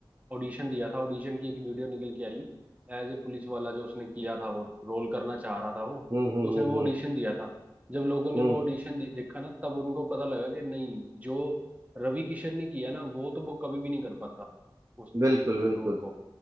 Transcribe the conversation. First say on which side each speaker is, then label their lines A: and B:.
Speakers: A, on the right; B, on the right.
A: ऑडिशन दिया था ऑडिशन की एक वीडियो निकल के आई एज ए पुलिस वाला जो उसने किया था वो रोल करना चाह रहा था वो
B: हम्म हम्म
A: तो उसने
B: हम्म
A: वो
B: हम्म
A: ऑडिशन दिया था जब लोगों ने
B: हम्म,
A: वो ऑडिशन देखा ना तब उनको पता लगा कि नहीं जो रवि किशन ने किया ना वो तो वो कभी भी नहीं कर पाता उस
B: बिल्कुल
A: उस
B: बिल्कुल
A: रोल को